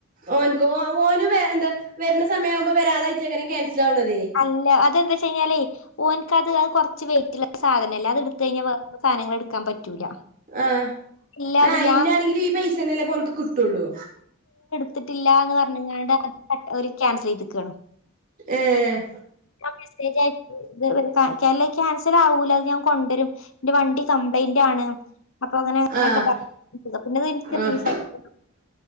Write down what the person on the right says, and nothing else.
ഓന്ക്ക് ഓ ഓന് വ എന്താ വര്ണ സമയവുമ്പോ വരാതായിട്ട് എങ്ങനിം ക്യാൻസൽ ആവണതേ
ആ്
ആ
അയിനാണെങ്കിലും
ഈ പൈസന്നെല്ലെപ്പോന്ക്ക് കിട്ടൊള്ളു
ഏഹ്
ആഹ്
ആഹ്